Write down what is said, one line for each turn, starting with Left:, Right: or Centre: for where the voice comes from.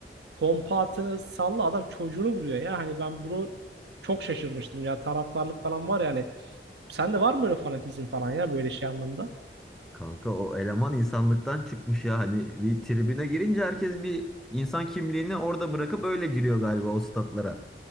Right: pompa atını salla adam çocuğunu vuruyor ya. Hani ben bunu çok şaşırmıştım ya taraftarlık falan var yani Sende var mı böyle fanatizm falan ya böyle şey anlamda?
Centre: Kanka o eleman insanlıktan çıkmış ya. Hani bir tribüne girince herkes bir insan kimliğini orada bırakıp öyle giriyor galiba o statlara.